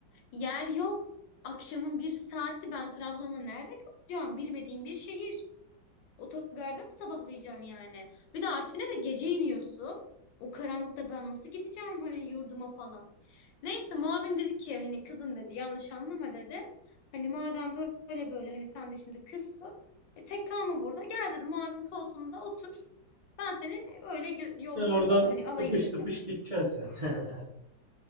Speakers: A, on the left (about 85°); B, on the right (about 50°).
A: Yer yok. Akşamın bir saati ben Trabzon'da nerede kalacağım? Bilmediğim bir şehir. Otogarda mı sabahlayacağım yani? Bir de Artvin'e de gece iniyorsun. O karanlıkta ben nasıl gideceğim hani yurduma falan. Neyse muavin dedi ki hani kızım dedi yanlış anlama dedi. Hani madem böyle böyle hani sen de şimdi kızsın. E, tek kalma burada. Gel dedi muavin koltuğunda otur. Ben seni öyle gö- yolculuk
B: Ya Oradan
A: a- hani alayım
B: tıpış
A: dedi.
B: tıpış gideceksin sen. <laughs>